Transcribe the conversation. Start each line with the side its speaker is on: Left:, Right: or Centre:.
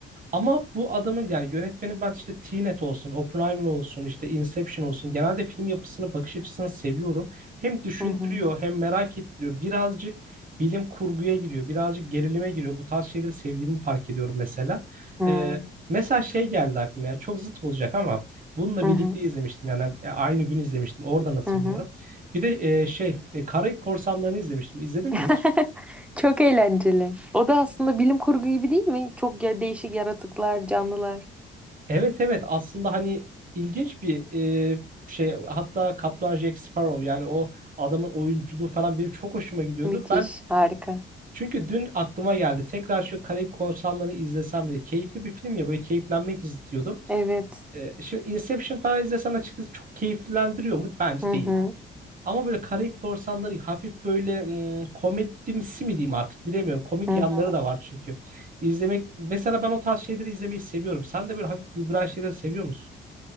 Right: ama bu adamın yani yönetmenin ben işte Tenet olsun, Oppenheimer olsun, işte Inception olsun genelde film yapısını, bakış açısını seviyorum. Hem düşündürüyor
Centre: Hı hı.
Right: hem merak ettiriyor. Birazcık bilim kurguya giriyor, birazcık gerilime giriyor. Bu tarz şeyleri sevdiğimi fark ediyorum mesela.
Centre: Hı hı.
Right: Ee, mesela şey geldi aklıma ya çok zıt olacak ama bununla
Centre: Hı
Right: birlikte
Centre: hı.
Right: izlemiştim yani e, aynı gün izlemiştim oradan hatırlıyorum.
Centre: Hı hı.
Right: Bir de e, şey e, Karayip Korsanları'nı izlemiştim. İzledin mi
Centre: <laughs>
Right: hiç?
Centre: Çok eğlenceli. O da aslında bilim kurgu gibi değil mi? Çok ya değişik yaratıklar, canlılar.
Right: Evet evet aslında hani ilginç bir e, şey hatta Kaptan Jack Sparrow yani o adamın oyunculuğu falan benim çok hoşuma gidiyordu.
Centre: Müthiş,
Right: Ben
Centre: harika.
Right: çünkü dün aklıma geldi tekrar şu Karayip Korsanları'nı izlesem bile keyifli bir film ya böyle keyiflenmek istiyordum.
Centre: Evet.
Right: E, şimdi Inception falan izlesem açıkçası çok keyiflendiriyor mu? Bence
Centre: Hı
Right: değil.
Centre: hı,
Right: Ama böyle Karayip Korsanları hafif böyle hmm, komedimsi mi diyeyim artık bilemiyorum. Komik
Centre: hı
Right: yanları
Centre: hı.
Right: da var çünkü. İzlemek mesela ben o tarz şeyleri izlemeyi seviyorum. Sen de böyle hafif güldüren şeyleri seviyor musun?